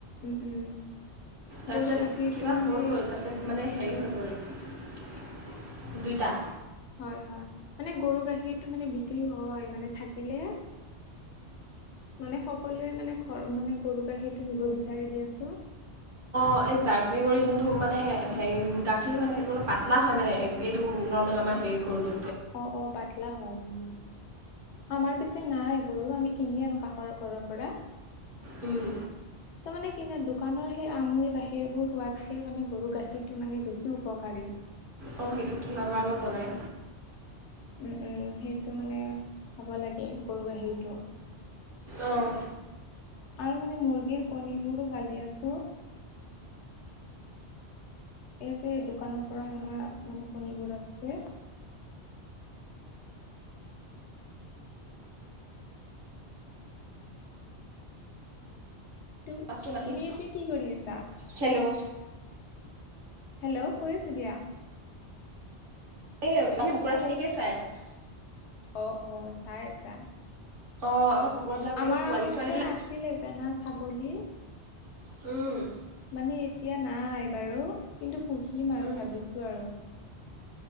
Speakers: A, on the left; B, on the right.
A: উম উম।
B: তাৰপিছত
A: গৰু গাখীৰটো
B: কিবা
A: মানে
B: হৈ গ'ল তাৰপিছত মানে হেৰি হৈ গ। দুইটা
A: হয় হয় মানে গৰু গাখীৰতটো মানে বিক্ৰী হয় মানে থাকিলে মানে সকলোৱে মানে ঘৰ মানে গৰু গাখীৰটো নিব বিচাৰি দি আছো। হয়।
B: অ এই জাৰ্চি কৰি যোনটো মানে হে গাখীৰ হয় ন সেইটো অলপ পাতলা হয় মানে এইটো নৰ্মেল আমাৰ সেই কৰটো
A: অ অ পাতলা হয় উম। আমাৰ পিছে নাই গৰু আমি কিনি আনো কাষৰ ঘৰৰ পৰা
B: উম।
A: তাৰ মানে কি যোন দোকানৰ সেই আমুলল গাখীৰ বোৰ সোৱাতকে মানে গৰু গাখীৰ বেছিকাৰ
B: অঁ সেইটো কিহৰ পৰা বা বনায়
A: ম সেইটো মানে খাব লাগে গৰু গাখীৰটো
B: অঁ
A: আৰু মানে মুৰ্গীৰ কণীবোৰো ভালি আছোঁ। এই যে দোকানৰ পৰা অনা মানে কণীবোৰতকে তুম
B: মাতটো নাহিছে
A: তুমি এতিয়া কি কৰি আছা?
B: হেল্ল'
A: হেল্ল' কৰিছোঁ দিয়া।
B: এই ম কুকুৰাখিনিকে চাই আছো।
A: অ অ চাই আছা
B: অ আমাৰ কুকুৰাবিলাক
A: আমাৰ
B: এই পোৱালি
A: আগতে
B: ছোৱালীবিলাক
A: আছিলে জানা ছাগলী
B: উম
A: মানে এতিয়া নাই বাৰু কিন্তু পুঢ়িম আৰু
B: উম।
A: ভাবিছো আৰু